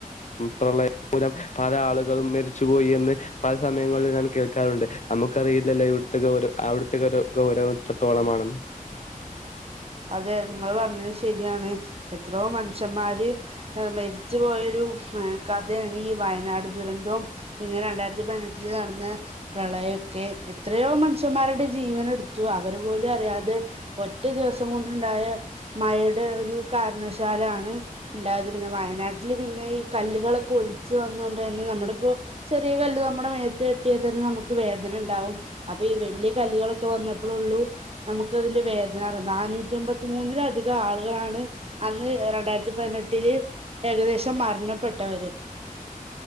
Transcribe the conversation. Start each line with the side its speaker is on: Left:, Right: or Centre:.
Left: പ്രളയം മൂലം പല ആള്കളും മരിച്ചുപോയി എന്ന് പല സമയങ്ങളിൽ ഞാൻ കേൾക്കാറുണ്ട് നമുക്കറിയില്ലല്ലോ ഇവ്ട്ത്തക്കെ ഓരോ അവ്ട്ത്തേക്ക ഓരോ കൗരവം ത്രത്തോളമാണന്ന്
Right: അതെ നിങ്ങൾ പർഞ്ഞത് ശര്യാണ് എത്രോ മൻഷ്യമ്മാര് ഹ് മര്ച്ച് പോയൊരു എഹ് കഥേണ് ഈ വയനാട് ദുരന്തൊം പിന്നെ രണ്ടായിര്ത്തി പതിനെട്ടില് നടന്നാ പ്രളയക്കെ എത്രയോ മനുഷ്യന്മാരുടെ ജീവനട്ത്തു അവര്പോലുഅറിയാതെ ഒറ്റ ദിവസം കൊണ്ട്ണ്ടായ മഴേടെ ഒരു കാര്ണശാലാണ് ണ്ടായത് പിന്നെ വയനാട്ടില് പിന്നെ ഈ കല്ല്കളൊക്കെ ഒൽച്ച് വന്നോണ്ടന്നെ നമ്മുടെ പോ ചെറിയ കല്ല് നമ്മുടെ മേത്ത് തട്ടിയാൽ തന്നെ നമുക്ക് വേദനണ്ടാവും അപ്പൊ ഈ വല്യയ കല്ലികളൊക്കെ വന്നപ്പോളള്ളൂ നമുക്ക് അതിന്റെ വേദനാറി നാനൂറ്റി അമ്പത്തി മൂന്നിലധികം ആളുകളാണ് അന്ന് രണ്ടായിരത്തി പതിനെട്ടില് ഏകദേശം മരണപ്പെട്ടവര്